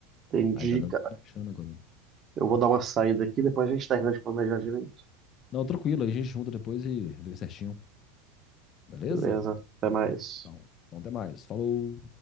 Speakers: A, on the right (about 35°); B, on the left (about 45°).
A: Entendi,
B: Aí tá dando
A: cara.
B: planejando agora.
A: Eu vou dar uma saída aqui, depois a gente termina de planejar direito.
B: Não, tranquilo, aí a gente junta depois e vê certinho. Beleza?
A: Beleza, até mais.
B: Então, então até mais. Falou!